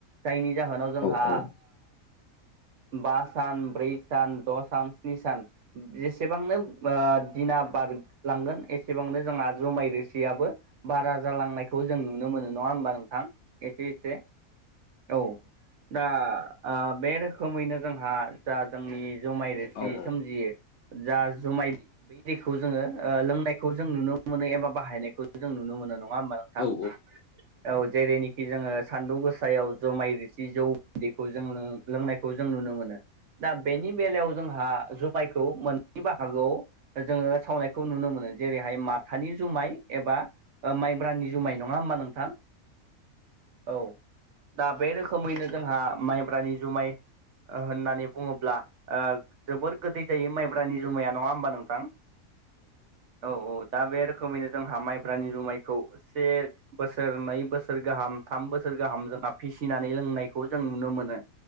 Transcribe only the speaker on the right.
जायनि जाहोनाव जोंहा
बा सान ब्रै सान द' सान स्नि सान जेसेबांनो दिना बारलांगोन एसेबांनो जोंहा जुमाय रोसिआबो बारा जालांनायखौ जों नुनो मोनो नङा होमबा नोंथां एसे एसे औ दा ओ बे रोखोमैनो जोंहा जा जोंनि जुमाय रोसि
सोमजियो जा जुमाय बै दैखौ जोङो ओ लोंनायखौ जों नुनो मोनो एबा बाहायनायखौ जों नुनो मोनो नङा होमबा नोंथां
औ जेरैनिखि खि जोङो सान्दुं गोसायाव जुमाय रोसि जौ बिदैखौ जों लोंनायखौ जों नुनो मोनो दा बेनि बेलायाव जोंहा जुमायखौ मोननै बाहागोआव जोङो सावनायखौ नुनो मोनो जेरैहाय माथानि जुमाय एबा माइब्रानि जुमाय नङा होमबा नोंथां औ दा बे रोखोमैनो जोंहा माइब्रानि जुमाय होननानै बुङोब्ला ओ जोबोर गोदै जायो माइब्रानि जुमाया नङा होमबा नोंथां औ औ दा बे रोखोमैनो जोंहा माइब्रानि जुमायखौ से बोसोर नै बोसोर गाहाम थाम बोसोर गाहाम फिसिनानै लोंनायखौ जों नुनो मोनो